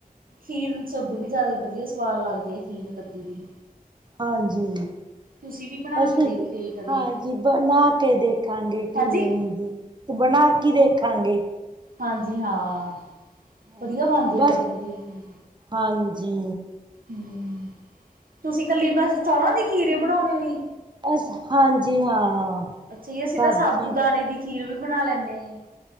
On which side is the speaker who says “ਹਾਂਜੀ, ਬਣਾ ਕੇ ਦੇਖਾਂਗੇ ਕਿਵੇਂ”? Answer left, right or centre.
Right